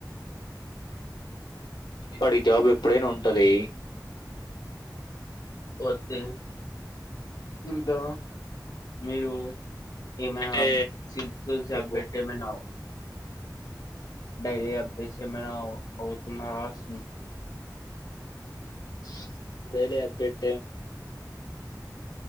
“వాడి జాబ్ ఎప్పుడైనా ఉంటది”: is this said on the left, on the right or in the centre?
Left